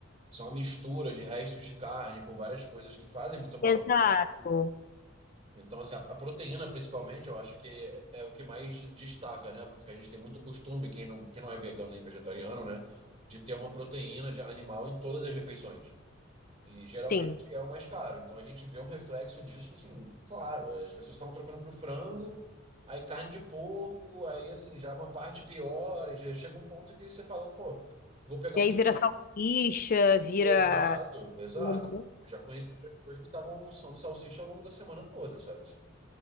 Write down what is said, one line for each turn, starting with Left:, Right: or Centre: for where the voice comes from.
Right: São uma mistura de restos de carne com várias coisas que fazem muito mal
Left: Exato.
Right: à nossa saúde. Então, assim, a, a proteína, principalmente, eu acho que é, é o que mais destaca, né? Porque a gente tem muito costume, quem não, quem não é vegano nem vegetariano, né? De ter uma proteína de animal em todas as refeições. E geralmente
Left: Sim.
Right: é o mais caro. Então a gente vê um reflexo disso, assim, claro. As pessoas estavam trocando pro frango, aí carne de porco, aí, assim, já uma parte pior. E já chega um ponto que você fala, pô, vou pegar
Left: E
Right: um.
Left: aí
Right: <laughs>
Left: vira salsicha, vira.
Right: Exato, exato.
Left: hambúrguer.
Right: Eu Já conheci pessoas que estavam almoçando salsicha ao longo da semana toda, sabe? assim?